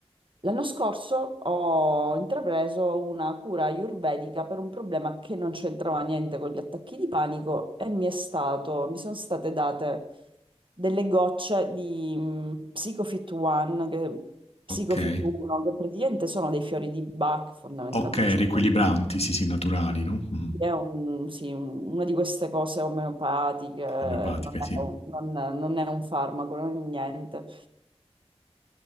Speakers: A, on the right; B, on the left.
A: L'anno scorso ho intrapreso una cura ayurvedica per un problema che non c'entrava niente con gli attacchi di panico e mi è stato, mi sono state date delle gocce di mh, Psicofit One, che- Psicofit
B: okay.
A: 1, che praticamente sono dei fiori di Bach fondamentalmente.
B: Okay, riequilibranti,
A: Cioè,
B: sì, sì, naturali, no, mh-mh,
A: è un- sì, un- una di queste cose omeopatiche, non
B: omeopatiche,
A: è
B: sì.
A: un, non- non è un farmaco, non è niente.